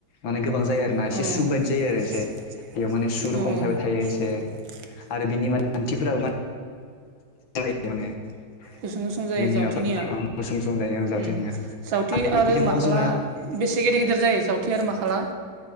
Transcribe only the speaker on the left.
माने गोबां जायो आरो ना
एसे सु बायदि जायो
आरो एसे
बेयाव
माने सुरुखम
थाबाय थायो
एसे।
आरो बिनि मान खान्थिफोराबो <unintelligible> <unintelligible>
बिनि
माबाफोरा औ गुसुं गुसुं जायो जावथेनिया
बिदि
दंबावो
जोंना